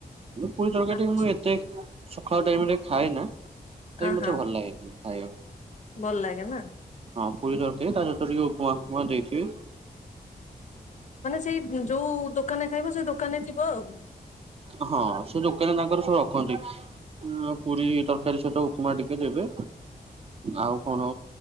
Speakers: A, on the right; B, on the left.
A: ପୁରୀ ତରକାରି
B: ଆଚ୍ଛା
A: ମୁଁ ଏତେ ସଖାଳ <unintelligible> ଖାଇନ। ସେଇ
B: ଆ
A: ମତେ
B: ହା
A: ଭଲ ଲାଗେ କି ଆଉ
B: ଭଲ ଲାଗେନା?
A: ହଁ ପୁରୀ ତରକାରୀ ତା ସହିତ ଟିକେ ଉପମା ଫୁପମା ଦେଇଥିବେ।
B: ସେ ଯଉ କାନେ ଖାଇବ ସେ ଦୋକାନରେ ଯିବ ଆଉ
A: ହଁ ସେ ଦୋକାନ ତାଙ୍କର ସବୁ ରଖନ୍ତି ପୁରୀ ତରକାରୀ ସହିତ ଉପମା ଟିକେ ଦେବେ ଆଉ କଣ